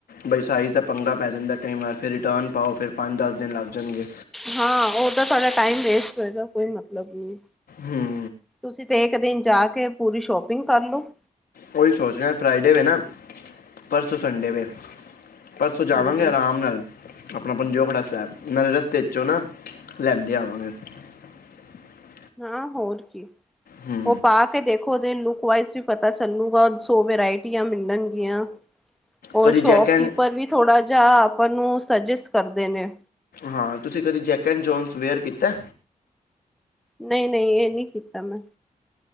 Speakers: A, on the left; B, in the centre.
A: ਬਾਈਸਾਈਜ਼ ਦਾ ਪੰਗਾ ਪੈ ਜਾਂਦਾ ਕਈ ਵਾਰ ਫਿਰ ਰਿਟਰਨ ਪਾਓ ਫਿਰ। ਦਿਨ ਲੱਗ ਜਾਣਗੇ
B: ਹਾਂ ਉਹ ਤਾਂ ਤੁਡਾ ਟਾਈਮ ਵੇਸਟ। ਇਹਦਾ ਕੋਈ ਮਤਲਬ ਨੀ
A: ਹੂੰ
B: ਤੁਸੀਂ। ਤੇ ਇੱਕ ਦਿਨ ਜਾ ਕੇ ਪੂਰੀ ਸ਼ੋਪਿੰਗ ਕਰਲੋ।
A: ਉਹੀ ਸੋਚਦਾ ਫਰਾਈਡੇ ਹੋਵੇ ਨਾ। ਪਰਸੋਂ ਸੰਡੇ ਵੇ ਪਰਸੋਂ ਜਾਵਾਂਗੇ
B: ਹਾਂਜੀ
A: ਆਰਾਮ ਨਾਲ। ਆਪਣਾ ਪੰਜੋਕੜਾ ਸਾ ਨਾਲੇ ਰਸਤੇ ਚੋਂ ਨਾ ਲੈਂਦੇ ਆਵਾਂਗੇ। <unintelligible>
B: ਹਾਂ ਹੋਰ ਕੀ
A: ਹੂੰ
B: ਉਹ ਪਾ ਕੇ ਦੇਖੋ ਉਹਦੇ ਲੁਕ ਵਾਈਜ਼ ਵੀ ਪਤਾ। ਪਤਾ ਚੱਲੂਗਾ ਸੋ ਵਰਾਇਟੀਆਂ ਮਿਲਣਗੀਆਂ। ਉਹ
A: ਕਦੀ ਜੈਕ
B: ਸ਼ੋਪਕੀਪਰ
A: ਐਂਡ
B: ਵੀ ਥੋੜਾ ਜਾਹਾ ਆਪਾਂ ਨੂੰ ਸੁਜੈਸਟ ਕਰਦੇ ਨੇ।
A: ਹਾਂ ਤੁਸੀਂ ਕਦੀ ਜੈਕ ਐਂਡ ਜੋਨਸ ਵੇਅਰ ਕੀਤਾ।
B: ਨਹੀਂ ਨਹੀਂ ਇਹ ਨਹੀਂ ਕੀਤਾ ਮੈਂ।